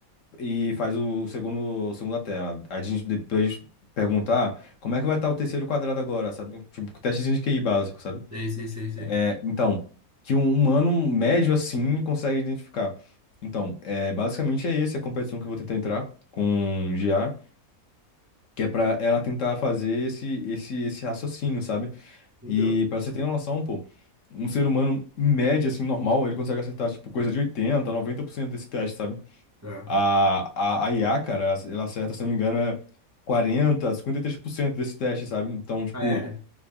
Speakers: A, on the left (about 60°); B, on the right (about 15°).
A: e faz o segundo, segunda tela. A gente depois perguntar como é que vai estar o terceiro quadrado agora, sabe? Tipo, testezinho de QI básico, sabe?
B: sei, sei, sei. sei.
A: É, Então, que um humano médio assim consegue identificar. Então, é, basicamente é esse a competição que eu vou tentar entrar com GA, que é pra ela tentar fazer esse, esse, esse raciocínio, sabe?
B: Entendeu?
A: E pra você ter noção, pô, um ser humano em média, assim, normal, ele consegue acertar, tipo, coisa de oitenta noventa por cento desse teste, sabe?
B: Tá.
A: A, a, a IA, cara, ela acerta, se eu não me engano, é quarenta cinquenta e três por cento desse teste, sabe? Então, tipo
B: Ah, é?